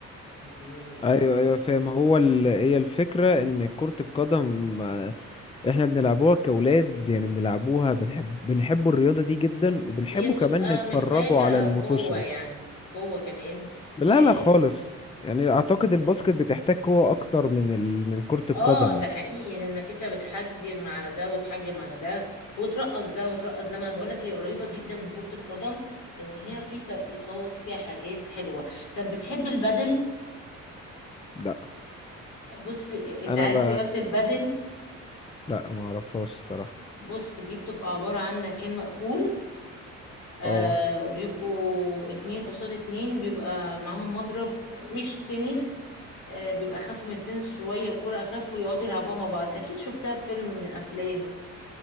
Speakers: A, on the left; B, on the left.
A: يعني
B: ايوه ايوه فاهم هو ال... هي الفكره ان كره القدم آه، احنا بنلعبوها كاولاد يعني بنلعبوها بنحب بنحبوا الرياضه دي جدا وبنحبوا
A: هي بتبقى
B: كمان نتفرجوا
A: محتاجة
B: على المتوشه
A: قوة يعني قوة كمان
B: لا
A: إيه،
B: لا خالص يعني اعتقد الباسكت بتحتاج قوه اكتر من ال... من كره القدم
A: اه ده
B: يعني
A: حقيقي لانك انت بتحجم على ده وتحجم على ده وترقص ده وترقص ده ما انا بقول لك هي قريبة جدا من كرة القدم لان هي في ترقيصات وفيها حاجات حلوة طب بتحب البدل
B: لا
A: بص إيه، انت
B: انا
A: عارف
B: ب...
A: رياضة البدل
B: لا ما اعرفهاش الصراحه
A: بص دي بتبقى عبارة عن مكان مقفول آه
B: اه
A: وبيبقوا اتنين قصاد اتنين بيبقى معاهم مضرب مش تنس آه بيبقى أخف من التنس شوية وكرة أخف ويقعدوا يلعبوها مع بعض أكيد شفتها في فيلم من الأفلام